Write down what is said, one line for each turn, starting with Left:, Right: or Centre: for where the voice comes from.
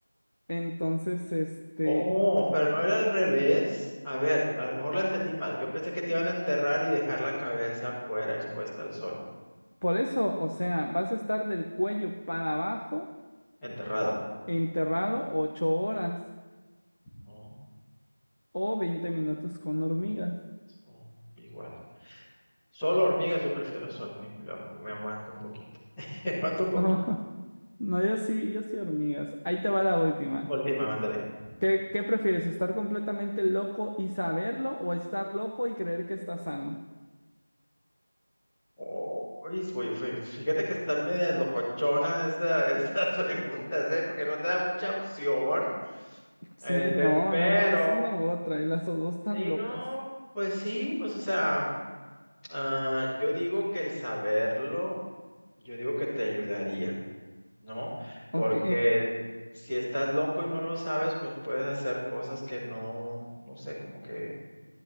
Left: Entonces, este,
Centre: Oh, pero no era al revés. A ver, a lo mejor la entendí mal. Yo pensé que te iban a enterrar y dejar la cabeza fuera expuesta al sol,
Left: por eso, o sea, vas a estar del cuello para abajo
Centre: enterrado.
Left: o- enterrado ocho horas
Centre: Ujú,
Left: o veinte minutos con hormigas.
Centre: ujú, igual. Solo hormigas, yo prefiero sol, ni- me aguanto un poquito. <laughs> Me aguanto un poquito.
Left: <laughs> No, yo sí, yo sí hormigas. Ahí te va la última.
Centre: Última, mándale.
Left: ¿Qué, qué prefieres? ¿Estar completamente loco y saberlo o estar loco y creer que está sano?
Centre: Oh, uy, fue- fue- fíjate que están medias locochonas esta- <laughs> estas preguntas, ¿eh? Porque no te da mucha opción.
Left: Sí,
Centre: Este,
Left: no,
Centre: pero,
Left: no, no, es una u otra y las dos tan
Centre: sí,
Left: locas.
Centre: no, pues sí, pues o sea, ah, yo digo que el saberlo, yo digo que te ayudaría, ¿no?
Left: Ok,
Centre: Porque si estás loco y no lo sabes, pues puedes hacer cosas que no, no sé, como que